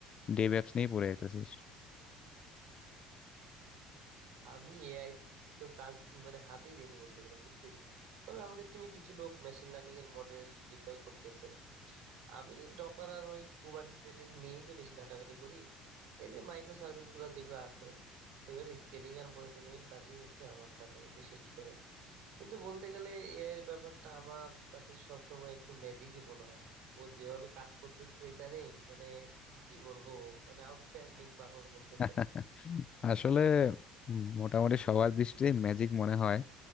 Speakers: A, on the left; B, on the right.
A: ডেভ অ্যাপস নিয়ে পড়ে যেতেছিস
B: আমি এআই তো কাজ মানে হাতেই দিইনি বলতে গেলে বুঝছিস তবে আমাদের টিমে কিছু লোক মেশিন লার্নিং এর মডেল ডিপ্লয় করতেছে আমি ডকার আর ওই কুবারনেটিস নিয়েই তো বেশি ঘাটাঘাটি করি এই যে মাইক্রো সার্ভিস গুলা যেগুলো আছে সেগুলোর স্কেলিং আর মনিটরিং এর কাজই হচ্ছে আমার থাকে বিশেষ করে কিন্তু বলতে গেলে এআই এর ব্যাপারটা আমার কাছে সবসময় একটু ম্যাজিকই মনে হয় ও যেভাবে কাজ করতেছে ইদানিং মানে কি বলবো মানে আউটস্ট্যান্ডিং পারফর্ম করতেছে
A: <laughs> আসলে উম, মোটামুটি সবার দৃষ্টিতে ম্যাজিক মনে হয়